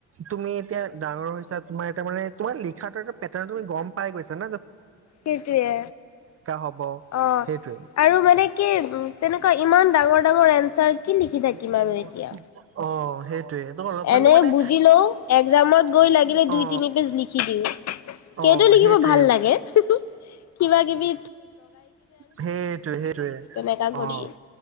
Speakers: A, on the right; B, on the left.
A: তুমি এতিয়া ডাঙৰ হৈছা। তোমাৰ এটা মানে তোমাৰ লিখা এটা পেটাৰ্ণটো তুমি গম পাই গৈছা ন!
B: সেইটোৱে।
A: হব
B: অ'
A: সেইটোৱে
B: আৰু মানে কি তেনেকুৱা ইমান ডাঙৰ। এনছাৰ কি লিখি থাকিম
A: <unintelligible>
B: আৰু এতিয়া।
A: অ'। সেইটোৱে এইটো অলপমানতো
B: এনে
A: মানে
B: বুজি লও। একজামত গৈ লাগিলে দুই-তিনি
A: অ
B: পেজ লিখি দিওঁ। সেইটো
A: অ
B: লিখিব
A: সেইটোৱে
B: ভাল লাগে। কিবাকিবি।
A: সেইটোৱে, সেইটোৱে।
B: তেনেকা কৰি।
A: অ',